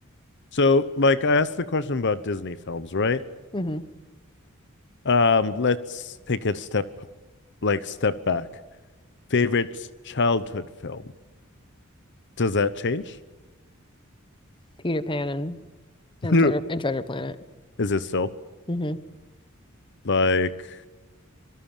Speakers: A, on the left; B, on the left.
A: So, like, I asked the question about Disney films, right?
B: hmm
A: Um, let's take a step, like step back. Favorite childhood film. Does that change?
B: Peter Pan and,
A: <laughs>
B: and
A: Is
B: Treasure and Treasure Planet.
A: it still
B: hmm
A: like